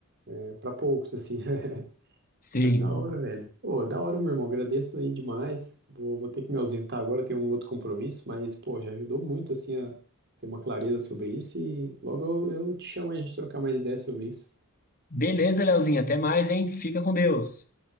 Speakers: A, on the right; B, on the left.
A: É, para poucos, assim. <laughs>
B: Sim.
A: Mas da hora, velho. Pô, da hora, meu irmão. Agradeço aí demais. Vou, vou ter que me ausentar agora, tenho um outro compromisso, mas, pô, já ajudou muito, assim, a ter uma clareza sobre isso. E logo eu, eu te chamo aí a gente trocar mais ideias sobre isso.
B: Beleza, Leozinho. Até mais, hein? Fica com Deus.